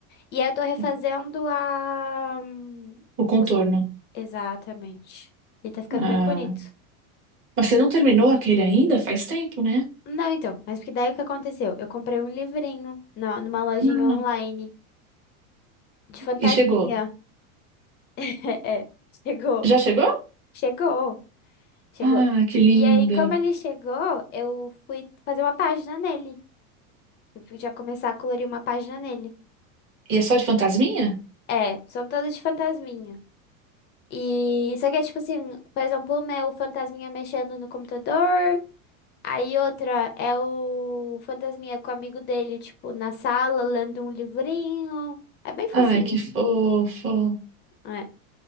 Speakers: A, on the left (about 25°); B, on the right (about 30°).
A: E eu tô refazendo
B: é,
A: a... hum,
B: o contorno.
A: Os... co- Exatamente. E tá ficando
B: Ah,
A: bem bonito.
B: mas você não terminou aquele ainda? Faz tempo, né?
A: Não, então, mas porque daí o que aconteceu? Eu comprei um livrinho na, numa lojinha
B: Ah,
A: online de fantasminha.
B: e chegou.
A: <laughs> É, chegou,
B: Já chegou?
A: chegou, chegou.
B: Ah, que lindo.
A: E aí, como ele chegou, eu fui fazer uma página nele. Eu fui já começar a colorir uma página nele.
B: E é só de fantasminha?
A: É, são todas de fantasminha. E só que é tipo assim, por exemplo, o meu fantasminha mexendo no computador. Aí outra é o Fantasminha com o amigo dele, tipo, na sala, lendo um livrinho. É bem fofinho.
B: Ai, que fofo.
A: É.